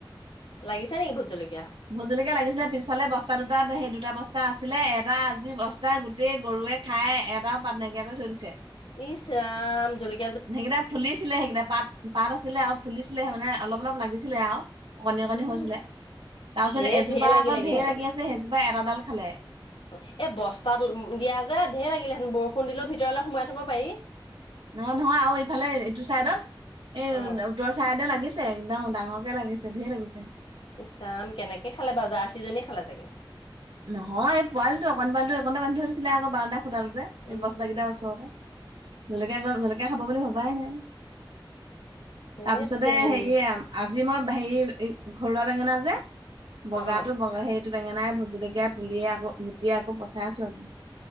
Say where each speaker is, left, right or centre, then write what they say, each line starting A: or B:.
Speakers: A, on the left; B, on the right.
A: লাগিছে নেকি ভূত জলকীয়া?
B: ভূত জলকীয়া লাগিছিলে পিছফালে বস্তা দুটাত সেই দুটা বস্তা আছিলে এটা আজি বস্তা গোট গোতেই গৰুৱে খায় এটাও পাত নাইকিয়া কৰি থৈ দিছে।
A: ইছ ৰাম জলকি
B: সেইকেইটা ফুলিছিলে সেইকেইটা পাত পাত আছিলে আও ফুলিছিলে মানে অলপ অলপ লাগিছিলে আও। অকণী
A: উম
B: অকণী হৈছিলে, তাৰপিছত
A: এ
B: এজোপা
A: ঢেৰ লাগিলেগেহেঁতেন।
B: অকল ধেই লাগি আছে সেইজোপা এটাডাল খালে।
A: অ এই বস্তাত দিয়া যে ধেৰ লাগিলে হেঁতেন বৰষুণ দিলেও ভিতৰলে সোমাই থব পাৰি।
B: নহ নহয় আৰু এইফালে এইটো চাইডত, এই
A: অ
B: ভিতৰ চাইডে লাগিছে একদম ডাঙৰকে লাগিছে ধেই লাগিছে।
A: ইছ ৰাম কেনেকে খালে বাৰু! জাৰ্ছী জনীয়ে খালে চাগে।
B: নহয় এই পোৱালটো অকণ পোৱালীটো একনতে বান্ধি থৈ দিছিলে আকৌ, বাৰা্ন্দা খোতাটোতে। এ
A: উম।
B: বস্তাকেইটাৰ ওচৰতে, জলকীয়া গছ জলকীয়া খাব বুলি ভবাই নাই।
A: ধেত
B: তাৰপিছতে
A: তেৰি
B: হেৰি আজি মই হেৰি ঘৰুৱা বেঙেনা যে বগাটো
A: অ অ
B: বগা সেইটো বেঙেনাই ভূত জলকীয়া কীয়া পুলিয়ে আকৌ গুটি আকৌ পচাইছো আজি।